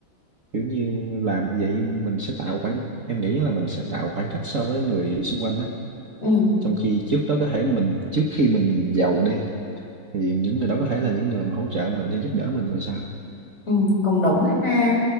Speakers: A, on the right; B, on the left.
A: kiểu như làm như vậy mình sẽ tạo khoảng em nghĩ là mình sẽ tạo khoảng cách so với người xung quanh đó
B: Ừ.
A: trong khi trước đó có thể mình trước khi mình giàu đi thì những người đó có thể là những người mà hỗ trợ mình hay giúp đỡ mình rồi sao
B: Ừ, cũng đúng ha